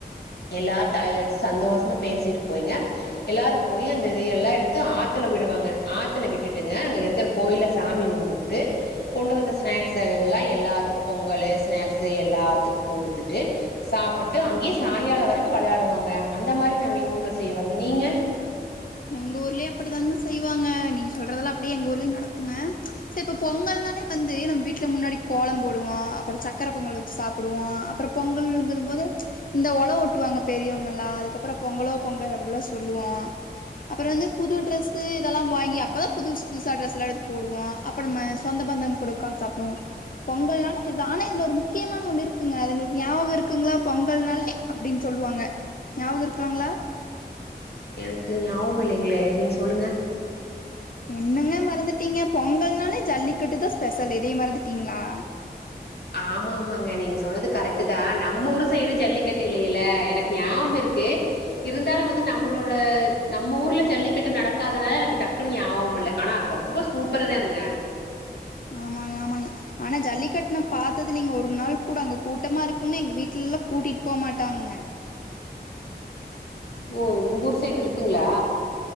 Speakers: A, on the left (about 70°); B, on the left (about 55°).
A: எல்லாரு தலையில வச்சு சந்தோஷமா பேசிட்டு போய்ங்க எல்லாரு போயி அந்த இதைய எல்லா எடுத்து ஆத்துல விடுவாங்க. ஆத்துல விட்டுட்டுங்க அங்க இருக்கிற கோயில்ல சாமி கும்புட்டு கொண்டு வந்த ஸ்நாக்ஸ் எல்லா எல்லாத்துக்கு பொங்கலு ஸ்நாக்ஸு எல்லாத்துக்கு குடுத்துட்டு சாப்புட்டு அங்கயே சாயங்காலோ வரைக்கு வெளையாடுவோங்க. அந்த மாரி நாங்க எங்க ஊர்ல செய்வங்க நீங்க?
B: எங்க ஊர்லயு அப்படிதாங்க செய்வாங்க. நீங்க சொல்றதெல்லா அப்படியே எங்க ஊர்லயு நடக்குங்க. சே இப்ப பொங்கல்னாலே வந்து நம்ம வீட்ல முன்னாடி கோலம் போடுவோ அப்புற சக்கர பொங்கல் வச்சு சாப்புடுவோ அப்புற பொங்கல்ங்கறம் போது இந்த ஒழவு ஒட்டுவாங்க பெரியவங்க எல்லா அதுக்கப்புறோ பொங்கலோ பொங்கல் அப்படில்லா சொல்லுவோ. அப்புறோ வந்து புது ட்ரெஸ்ஸு இதெல்லா வாங்கி அப்பதா புதுஸ் புதுசா ட்ரெஸ் எல்லா எடுத்து போடுவோ. அப்ப நம்ம சொந்த பந்தம் கூட உக்காந்து சாப்பிடுவோ. பொங்கல்னாலே இதா ஆனா இதுல ஒரு முக்கியமான ஒண்ணு இருக்குங்க அது உங்களுக்கு ஞாபக இருக்குங்களா பொங்கல்னாலே அப்டின்னு சொல்லுவாங்க ஞாவகோ இருக்குங்களா?
A: எனக்கு ஞாபகோ இல்லைங்களே நீங்க சொல்லுங்க.
B: என்னங்க மறந்துட்டீங்க? பொங்கல்னாலே ஜல்லிக்கட்டுதா ஸ்பெஷல் இதய மறந்துட்டீங்களா?
A: ஆமா ஆமாங்க நீங்க சொன்னது கரெக்ட்டுதா. நம்ம ஊர் சைடு ஜல்லிக்கட்டு இல்லையல்ல எனக்கு ஞாவம் இருக்கு இருந்தாலு வந்து நம்மளோட நம்ம ஊர்ல ஜல்லிக்கட்டு நடக்காதனால எனக்கு டக்குன்னு ஞாவகம் வல்ல ஆனா அது ரொம்ப சூப்பருதானுங்க.
B: ஆமாங்க ஆமாங்க ஆனா ஜல்லிக்கட்டு நா பாத்தது இல்லிங்க. ஒரு நாள் கூட அங்க கூட்டமா இருக்குனு எங்க வீட்டுலலா கூட்டிட்டு போமாட்டாங்க.
A: ஓ உங்க ஊர் சைடு இருக்குங்களா?